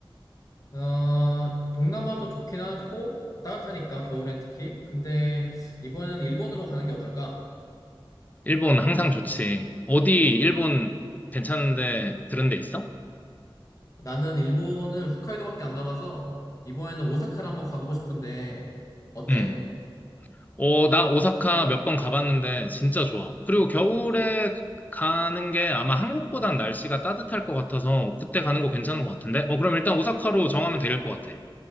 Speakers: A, on the left (about 40°); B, on the left (about 20°).
A: 어, 동남아도 좋긴 하고 따뜻하니까 겨울엔 특히. 근데 이번에는 일본으로 가는 게 어떨까?
B: 일본 항상 좋지. 어디 일본 괜찮은데 들은 데 있어?
A: 나는 일본을 홋카이도밖에 안 가봐서 이번에는 오사카를 한번 가보고 싶은데 어때?
B: 응. 어, 나 오사카 몇 번 가봤는데 진짜 좋아. 그리고 겨울에 가는 게 아마 한국보단 날씨가 따뜻할 것 같아서 그때 가는 거 괜찮은 것 같은데? 어, 그럼 일단 오사카로 정하면 될 것 같아.